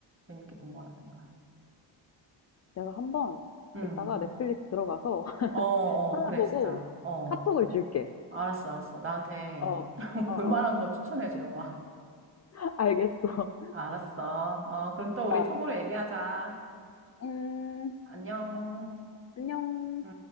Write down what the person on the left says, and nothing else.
내가 한 번
이따가 넷플릭스 들어가서 <laughs>
찾아보고
카톡을 줄게.
어.
어
어.
<laughs> 알겠어.
아.
음.
안녕.